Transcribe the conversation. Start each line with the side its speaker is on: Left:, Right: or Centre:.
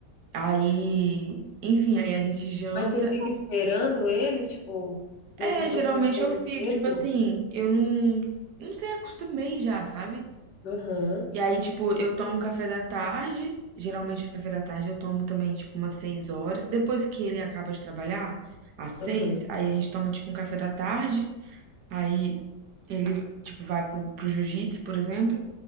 Right: Aí, enfim, aí a gente janta.
Left: Mas você fica esperando ele, tipo,
Right: É,
Left: não fica
Right: geralmente
Left: com fome
Right: eu fico,
Left: cedo?
Right: tipo assim, eu não, não sei, acostumei já, sabe?
Left: Aham,
Right: E aí, tipo, eu tomo café da tarde. Geralmente o café da tarde eu tomo também, tipo, umas seis horas. Depois que ele acaba de trabalhar, às
Left: aham,
Right: seis, aí a gente toma, tipo, um café da tarde. Aí ele, tipo, vai pro, pro jiu-jitsu, por exemplo.